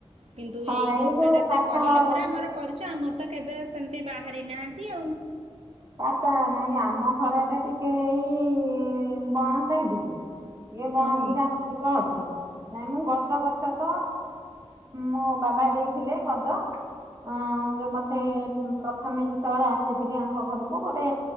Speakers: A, on the right; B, on the right.
A: କିନ୍ତୁ
B: ହଁ
A: ଏଇ ଜିନିଷଟା
B: ଯୋଉ ପାତାଳ
A: ସେ କହିଲା ପରେ ଆମର କରି ଛୁ ଆମର ତ କେବେ ସେମିତି ବାହାରି ନାହାଁନ୍ତି ଆଉ
B: ସାପ ନାଇଁ ଆମ ଘରଟା ଟିକେ ଏଇ-ଇ-ଇ-ଇ ବଣ ‌ସାଇଟିକି ଟିକେ ବଣବୁଦା
A: ହୁଁ
B: ଅଧିକା ଅଛି। ନାଇଁ ମୁଁ ଗଦ ଗଛ ତ ମୋ ବାବା ଦେଇଥିଲେ ଗଦ ଅଁ-ଅଁ ଯୋଉ ମତେ ପ୍ରଥମେ ଯେତେବେଳେ ଆସିଥିଲି ଆଙ୍କ ଘରକୁ। ତ ଗୋଟେ